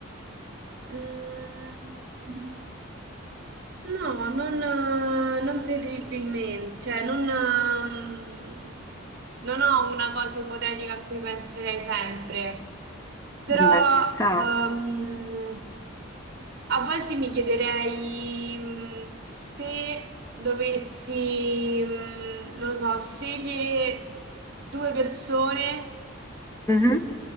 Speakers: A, on the right; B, on the left.
A: mm, No, non, eh, non preferibilmente, cioè non, ehm, non ho una cosa ipotetica a cui penserei sempre, però
B: Beh, ci sta.
A: ehm, a volte mi chiederei mm, se dovessi, mm, non lo so, scegliere due persone
B: Mhm.